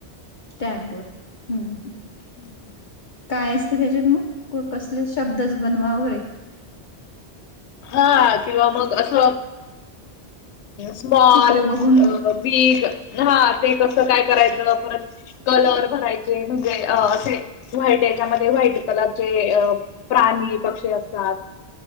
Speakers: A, on the left (about 50°); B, on the left (about 90°).
A: टॅब वर हम्म
B: हम्म
A: काय असत त्याच्यात मग कसले शब्दच बनवा होय.
B: हां किंवा मग अस अ स्मॉल,
A: चित्र बघून
B: बिग हा ते कस काय करायच परत कलर भरायचे म्हणजे असे व्हाईट याच्यामध्ये व्हाईट कलरचे अ प्राणी, पक्षी असतात.